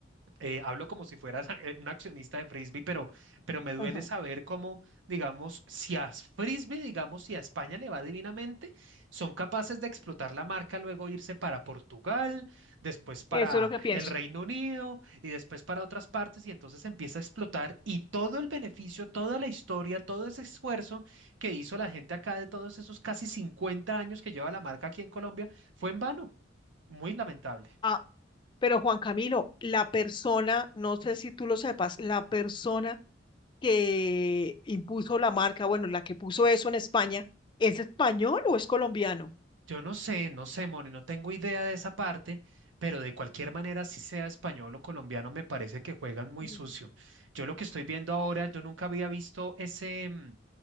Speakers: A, on the right; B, on the left.
A: eh, hablo como si fuera <laughs> la- eh, un accionista de Frisbee, pero, pero me duele
B: Ujú.
A: saber cómo, digamos, si a Frisbee, digamos, si a España le va divinamente, son capaces de explotar la marca, luego irse para Portugal, después para
B: Eso es lo que pienso.
A: el Reino Unido y después para otras partes, y entonces empieza a explotar y todo el beneficio, toda la historia, todo ese esfuerzo que hizo la gente acá de todos esos casi 50 años que lleva la marca aquí en Colombia fue en vano. Muy lamentable.
B: Ah, pero Juan Camilo, la persona, no sé si tú lo sepas, la persona que impuso la marca, bueno, la que puso eso en España, ¿es español o es colombiano?
A: Yo no sé, no sé, Moni, no tengo idea de esa parte, pero de cualquier manera, si sea español o colombiano, me parece que juegan muy
B: Ujú.
A: sucio. Yo lo que estoy viendo ahora, yo nunca había visto ese, mm,